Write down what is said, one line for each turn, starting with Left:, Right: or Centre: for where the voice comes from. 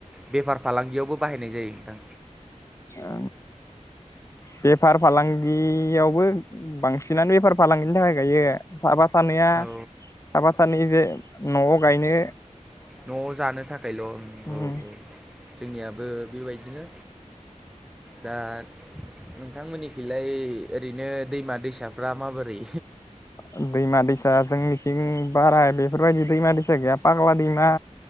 Centre: बेफार फालांगियावबो बाहायनाय जायो नोंथां?
Left: ओ बेफार फालांगियावबो बांसिनानो बेफार फालांगिनि थाखाय गायो। साफा सानैया
Centre: औ
Left: साफा सानैजो नआव गायनो
Centre: नआव जानो थाखायल' औ
Left: ओम
Centre: औ जोंनियाबो बेबाय दिनो दा नोंथांमोननिखैलाय ओरैनो दैमा दैसाफ्रा माबोरै?
Left: ओ दैमा दैसा जोंनिथिं बारा बेफोरबायदि दैमा दैसा गैया, फाग्ला दैमा